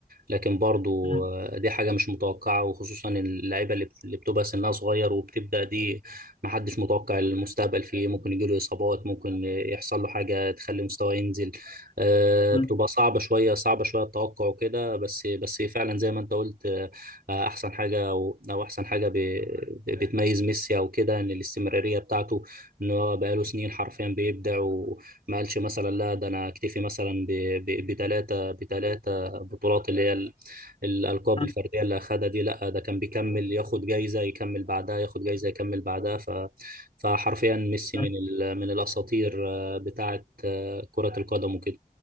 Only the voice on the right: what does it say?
لكن برضه
دي حاجه مش متوقعه وخصوصا اللعيبه اللي بت- اللي بتبقى سنها صغير وبتبدا دي محدش متوقع المستقبل فيه ممكن يجيله اصابات ممكن يحصل له حاجه تخلي مستواه ينزل آه،
بتبقى صعبه شويه صعبه شويه التوقع وكده بس بس فعلا زي ما انت قلت آه، احسن حاجه او أو احسن حاجه ب- بتميز ميسي او كده ان الاستمراريه بتاعته ان هو بقاله سنين حرفيا بيبدع وما قالش مثلا لا ده انا اكتفي مثلا بثلاثه بثلاثه بطولات اللي هي ال- الالقاب
الفرديه اللي اخدها دي لا ده كان بيكمل ياخد جايزه يكمل بعدها ياخد جايزه يكمل بعدها ف فحرفيا ميسي
من ال... من الاساطير آه، بتاعه آه، كره القدم وكده